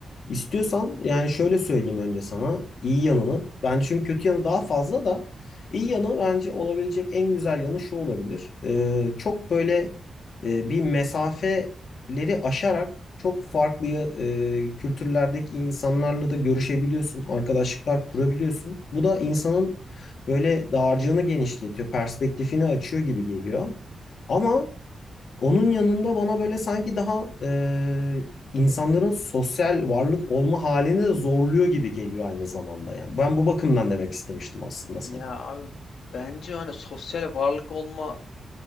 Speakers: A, on the left (about 65°); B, on the left (about 80°).
A: İstiyorsan yani şöyle söyleyeyim önce sana iyi yanını. Bence çünkü kötü yanı daha fazla da iyi yanı bence olabilecek en güzel yanı şu olabilir. E, çok böyle e, bir mesafeleri aşarak çok farklı e, kültürlerdeki insanlarla da görüşebiliyorsun. Arkadaşlıklar kurabiliyorsun. Bu da insanın böyle dağarcığını genişletiyor, perspektifini açıyor gibi geliyor. Ama onun yanında bana böyle sanki daha e, insanların sosyal varlık olma halini de zorluyor gibi geliyor aynı zamanda yani. Ben bu bakımdan demek istemiştim aslında sana.
B: Ya abi bence hani sosyal varlık olma